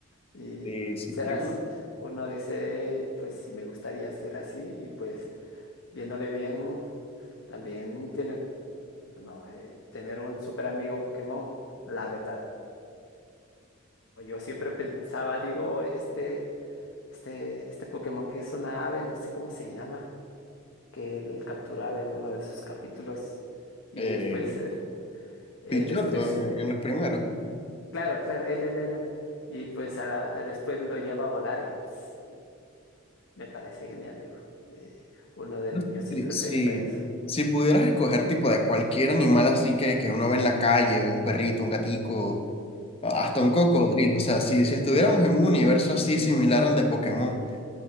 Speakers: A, on the left; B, on the left.
A: Y
B: Sí, sí,
A: serás,
B: y bueno,
A: uno dice, pues sí me gustaría ser así, y pues viéndole bien, también tiene, no, eh, tener un super amigo Pokémon, la verdad. Yo siempre pensaba, digo, este, este, este Pokémon que es una ave, no sé cómo se llama que él capturaba en uno de sus capítulos y
B: eh,
A: después, er- eh,
B: Pidgeotto
A: después,
B: en en los primeros.
A: claro, claro, él, él, él, él, y pues a la- después lo lleva a volar y pues, me parece genial, digo. eh, uno de
B: No,
A: niño siempre
B: Si, si,
A: piensa eso.
B: si pudieras escoger tipo de cualquier animal así que, que uno ve en la calle, un perrito, un gatico, hasta un cocodrilo, o sea, si, si estuviéramos en un universo así similar al de Pokémon,